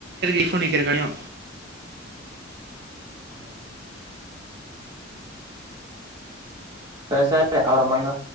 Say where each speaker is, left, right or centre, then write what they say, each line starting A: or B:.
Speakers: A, on the right; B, on the right.
A: ஐபோன் விக்கிற கடயு
B: ம் சேர் சேரி அப்பறொ பண்றே